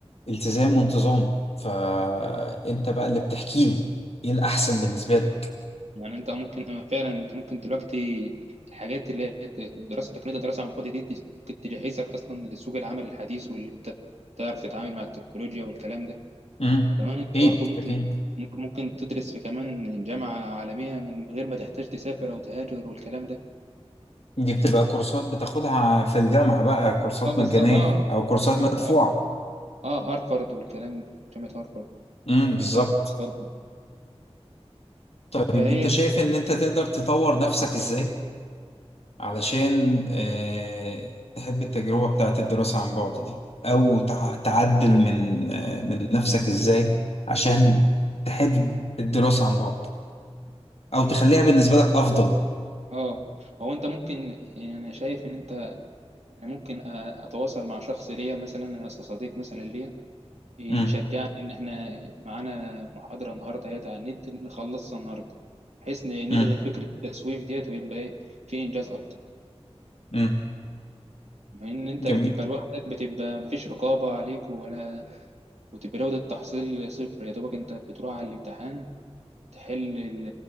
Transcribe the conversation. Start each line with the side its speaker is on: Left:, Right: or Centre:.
Left: التزام وانتظام فانت بقى اللي بتحكي لي ايه الاحسن بالنسبة لك
Right: يعني انت ممكن آه، فعلا انت ممكن دلوقتي الحاجات اللي هي ت- دراسه تقنيه الدراسه عن بعد دي تج- ممكن تجهزك اصلا لسوق العمل الحديث واللي انت تعرف تتعامل مع التكنولوجيا والكلام ده
Left: امم
Right: كمان انت
Left: اكيد
Right: برضو ممكن
Left: اكيد
Right: ممكن ممكن تدرس في كمان جامعه عالميه من غير ما تحتاج تسافر او تهاجر والكلام ده
Left: دي بتبقى كورسات بتاخدها في الجامعة بقى كورسات
Right: اه بالظبط
Left: مجانية
Right: اه
Left: أو كورسات
Right: جامعة
Left: مدفوعة
Right: اه هارفارد والكلام ده جامعة هارفارد
Left: امم بالظبط
Right: بيبقى لها كورسات
Left: طيب
Right: فهي
Left: أنت شايف إن أنت تقدر تطور نفسك إزاي علشان آه، تحب التجربة بتاعت الدراسة عن بعد دي أو تع- تعدل من آه، من نفسك إزاي عشان تحب الدراسة عن بعد أو تخليها بالنسبة لك أفضل
Right: اه هو انت ممكن يعني شايف ان انت يعني ممكن أ- اتواصل مع شخص ليا مثلا أص- صديق مثلا ليا يشجعني
Left: امم
Right: ان احنا معانا محاضرة النهارده هي على النت نخلصها النهارده بحيث ن- نلغي
Left: امم
Right: فكرة التسويف ديت ويبقى ايه في انجاز اكتر
Left: امم
Right: بما ان انت
Left: جميل
Right: اللي بتبقى لوحدك بتبقى مفيش رقابة عليك ولا وتبقى جودة التحصيل صفر يا دوبك انت بتروح على الامتحان تحل ال-